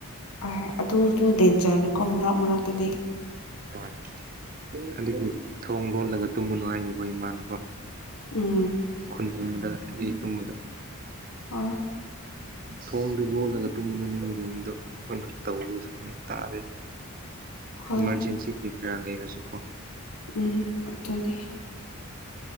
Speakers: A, on the left; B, on the right.
A: ꯑꯍꯦ ꯑꯗꯨ ꯑꯗꯨ ꯗꯦꯟꯖꯔꯅꯤꯀꯣ ꯃꯔꯛ ꯃꯔꯛꯇꯗꯤ
B: ꯍꯣꯏ ꯑꯗꯨꯒꯤ ꯊꯣꯡ ꯂꯣꯜꯂꯒ ꯇꯨꯝꯒꯅꯨ ꯍꯥꯏꯌꯅꯦ ꯑꯩꯈꯣꯏ ꯏꯃꯥꯅ ꯀꯣ
A: ꯎꯝ
B: UNINTELLIGIBLE
A: ꯍꯣꯏ
B: ꯊꯣꯡꯗꯨ ꯂꯣꯜꯂꯒ ꯇꯨꯝꯃꯝꯅꯤꯅ ꯔꯨꯝꯗꯣ ꯑꯈꯣꯏꯅ ꯀꯧꯕꯖꯨ ꯅꯪ ꯇꯥꯗꯦ
A: ꯍꯣꯏ
B: ꯏꯃꯥꯔꯖꯦꯟꯁꯤ ꯀꯔꯤ ꯀꯔꯥ ꯂꯩꯔꯖꯨꯀꯣ
A: ꯎꯪꯎꯪ ꯑꯗꯨꯅꯦ